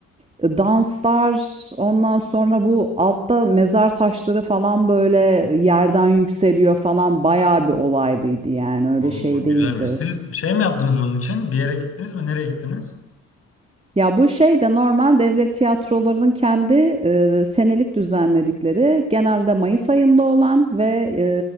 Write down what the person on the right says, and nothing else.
e, danslar, ondan sonra bu altta mezar taşları falan, böyle, yerden yükseliyor falan. Bayağı bir olaylıydı, yani, öyle
şey değildi.
Ya bu şey de normal devlet tiyatrolarının kendi e, senelik düzenledikleri genelde Mayıs ayında olan ve e,